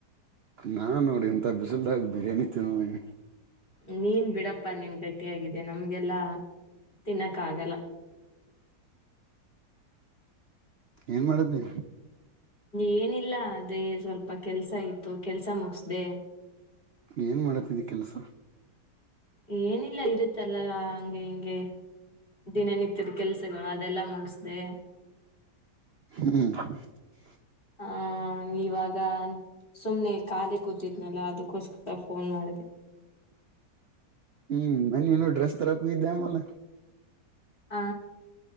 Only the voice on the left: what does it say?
ನೀನ್ ಬಿಡಪ್ಪ ನೀನ್ ಗಟ್ಟಿಯಾಗಿದಿಯಾ ನಮ್ಗೆಲ್ಲಾ ತಿನ್ನಕ್ ಆಗಲ್ಲ
ಏನಿಲ್ಲ ಅದೇ ಸ್ವಲ್ಪ ಕೆಲ್ಸ ಇತ್ತು ಕೆಲ್ಸ ಮುಗಸ್ದೆ
ಏನಿಲ್ಲ ಇರುತ್ತಲ್ಲ ಹಂಗೆ ಹಿಂಗೆ ದಿನನಿತ್ಯದ ಕೆಲ್ಸಗಳು ಅದೆಲ್ಲ ಮುಗಸ್ದ
ಹಾ ಹಾ ಇವಾಗ ಸುಮ್ನೆ ಕಾಲಿ ಕೂತಿದ್ನಲ್ಲ ಅದಕ್ಕೋಸ್ಕರ ಫೋನ್ ಮಾಡಿದೆ.
ಆ